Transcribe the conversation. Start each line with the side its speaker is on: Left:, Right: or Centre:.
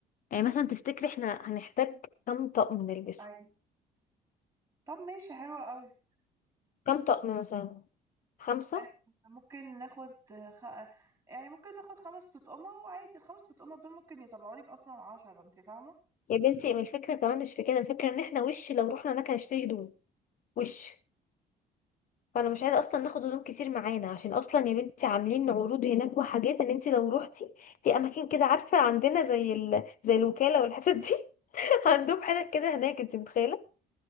Left: يعني مثلا تفتكري احنا هنحتاج كام طقم نلبسه
Right: ايوه طب ماشي حلوة قوي
Left: كام طقم مثلا خمسة
Right: آه، ممكن ناخد آه، خ... يعني ممكن ناخد خمس تطقمة وعادي الخمس تطقمة دول ممكن يطلعوا لك اصلا عشرة انت فاهمة
Left: يا بنتي ما الفكرة كمان مش في كده الفكرة ان احنا وش لو رحنا هناك هنشتري هدوم وش فانا مش عايزة اصلا ناخد هدوم كتير معانا عشان اصلا يا بنتي عاملين عروض هناك وحاجات ان انت لو روحتي في اماكن كده عارفة عندنا زي ال... زي الوكالة والحتت دي <laughs> عندهم حاجات كده هناك انت متخيلة